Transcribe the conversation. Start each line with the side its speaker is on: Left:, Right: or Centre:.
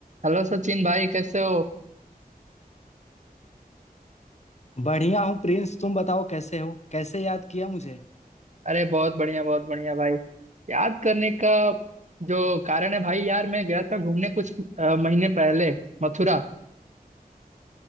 Right: Hello Sachin भाई कैसे हो
Left: बढ़िया हूँ प्रिंस तुम बताओ कैसे हो कैसे याद किया मुझे
Right: अरे बहुत बढ़िया बहुत बढ़िया भाई याद करने का जो कारण है भाई यार मैं गया था घूमने कुछ अ, महीने पहले मथुरा